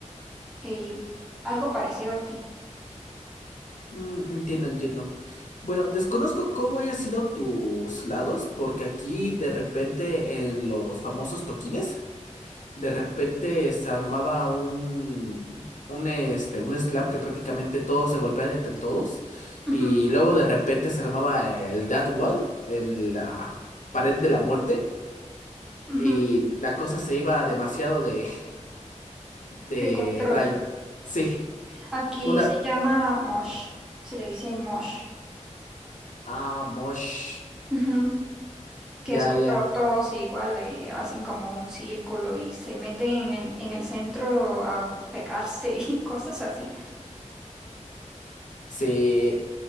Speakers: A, in the centre; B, on the left.
A: eh, algo parecido a ti.
B: Mm, entiendo, entiendo. Bueno, desconozco cómo hayan sido tus lados, porque aquí de repente en los famosos toquines, de repente se armaba un, un, este, un slam que prácticamente todos se golpeaban entre todos,
A: Ujú,
B: y luego de repente se armaba el Death Wall, el- la pared de la muerte,
A: ujú,
B: y la cosa se iba demasiado de, de
A: de control.
B: ray. Sí,
A: Aquí
B: una...
A: se llama mosh, se le dice mosh,
B: Ah, mosh.
A: ujú, que
B: Ya,
A: es cuando
B: ya.
A: todos igual eh, hacen como un círculo y se meten en, en el centro a pegarse y <laughs> cosas así.
B: Sí,